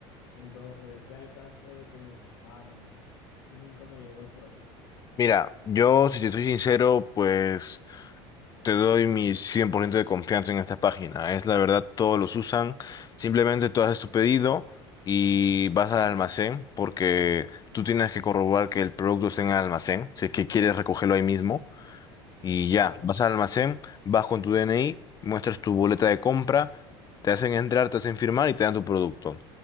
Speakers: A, on the left (about 85°); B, on the left (about 30°).
A: Entonces, da el caso de que me estafaron y nunca me llegó el producto, <laughs>
B: Mira, yo si te soy sincero, pues Te doy mi 100% de confianza en esta página. Es la verdad, todos los usan. Simplemente tú haces tu pedido y vas al almacén porque tú tienes que corroborar que el producto esté en el almacén, si es que quieres recogerlo ahí mismo. Y ya,
A: claro,
B: vas al almacén, vas con tu DNI, muestras tu boleta de compra, te hacen entrar, te hacen firmar y te dan tu producto.